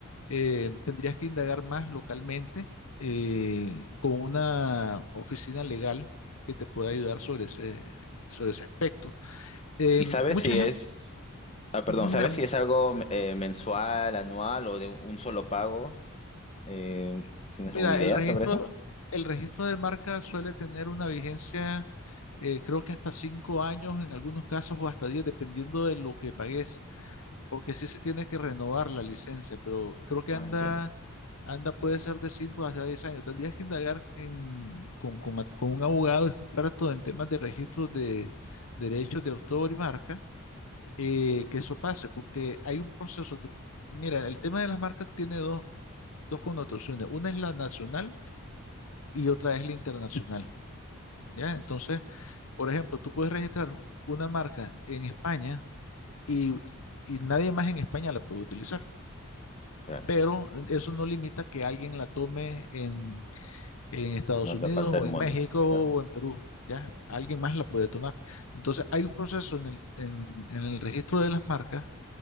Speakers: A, on the left; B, on the left.
A: eh, tendrías que indagar más localmente eh, con una oficina legal que te pueda ayudar sobre ese, sobre ese aspecto. Eh,
B: ¿Y sabes
A: mucha
B: si
A: gente,
B: es, ah, perdón,
A: mira,
B: sabes
A: m-
B: si es algo eh, mensual, anual o de un solo pago? Eh, ¿tienes
A: mira,
B: alguna idea
A: el registro,
B: sobre eso?
A: el registro de marca suele tener una vigencia, eh, creo que hasta cinco años en algunos casos o hasta diez, dependiendo de lo que pagues. porque sí se tiene que renovar la licencia, pero creo que
B: Ah,
A: anda,
B: entiendo,
A: anda puede ser de 5 hasta 10 años. Tendrías que indagar en, con, con a- con un abogado experto en temas de registros de derechos de autor y marca, eh, que eso pase, porque hay un proceso que, mira, el tema de las marcas tiene dos, dos connotaciones. Una es la nacional y otra es la internacional, ¿ya? Entonces, por ejemplo, tú puedes registrar una marca en España y, y nadie más en España la puede utilizar.
B: claro,
A: pero eso no limita que alguien la tome en, en Estados
B: en otra
A: Unidos
B: parte
A: o
B: del
A: en
B: mundo.
A: México
B: Claro,
A: o en Perú, ¿ya? Alguien más la puede tomar. Entonces, hay un proceso en el, en, en el registro de las marcas